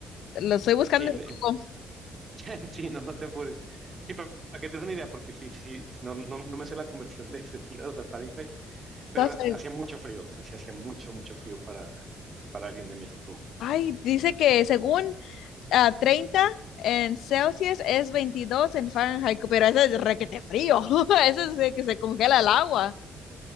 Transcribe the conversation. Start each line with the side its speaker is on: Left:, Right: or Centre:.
Left: Lo estoy buscando
Right: sí, en-
Left: en
Right: en-
Left: Google.
Right: <laughs> sí, no, no te apures. Sí, pero para que te des una idea, porque sí, sí, sí, no, no, no me sé la conversión de <laughs> centígrados a Fahrenheit, Pero
Left: Entonces,
Right: hacía mucho frío, o sea, sí hacía mucho, mucho frío para, para alguien de México.
Left: ay, dice que según ah, 30 en Celsius es 22 en Fahrenheit, pero ese es requete frío. <laughs> Eso es de que se congela el agua.